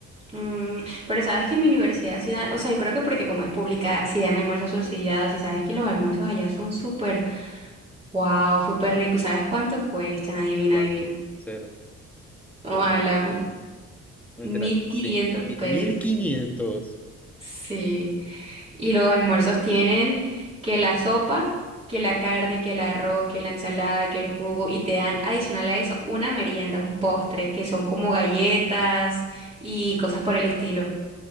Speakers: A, on the right (about 20°); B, in the centre.
A: mm, pero sabes que en mi universidad sí dan, o sea, yo creo que porque como es pública, sí dan almuerzos subsidiados y sabes que los almuerzos allá son súper Wow, súper rico. ¿Y sabes cuánto cuestan? Adivina,
B: ¿Cuánto?
A: adivina.
B: Cero,
A: Ojalá,
B: dos mil, no mentira,
A: mil
B: sí,
A: quinientos
B: mi-
A: pesos.
B: mil quinientos.
A: Sí. Y los almuerzos tienen que la sopa, que la carne, que el arroz, que la ensalada, que el jugo. Y te dan adicional a eso una merienda, un postre, que son como galletas y cosas por el estilo.